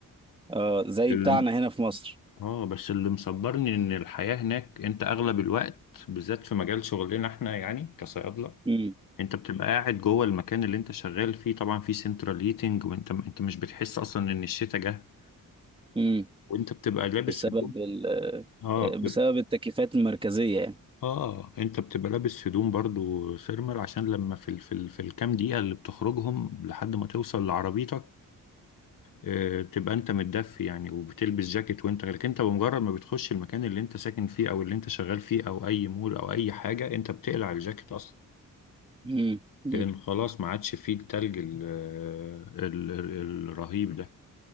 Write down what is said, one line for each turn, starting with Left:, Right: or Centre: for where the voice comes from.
Right: اه زي
Left: اللي-
Right: بتاعنا هنا في مصر
Left: اه بس اللي مصبرني ان الحياه هناك انت اغلب الوقت بالذات في مجال شغلنا احنا يعني كصيادله
Right: امم
Left: انت بتبقى قاعد جوه المكان اللي انت شغال فيه طبعا في سنترال هيتنج وانت انت مش بتحس اصلا ان الشتاء جه
Right: امم
Left: وانت بتبقى لابس
Right: بسبب
Left: هدوم
Right: ال
Left: اه
Right: بسبب التكليفات المركزية يعني
Left: اه انت بتبقى لابس هدوم برضو ثيرمال عشان لما في ال في ال في الكام دقيقة اللي بتخرجهم لحد ما توصل لعربيتك آه تبقى انت متدفي يعني وبتلبس جاكيت وانت لكن انت بمجرد ما بتخش المكان اللي انت ساكن فيه او اللي انت شغال فيه او اي مول او اي حاجة انت بتقلع الجاكيت اصلا
Right: امم امم
Left: لان خلاص ما عادش فيه التلج ال- آه، ال- ال- الرهيب ده